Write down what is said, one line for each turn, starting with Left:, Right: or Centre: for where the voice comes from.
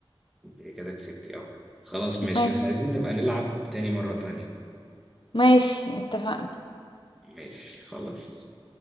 Centre: أنت كده كسبتي أه خلاص ماشي
Left: ماشي
Centre: بس عايزين نبقى نلعب تاني مرة تانية
Left: ماشي اتفقنا
Centre: ماشي خلاص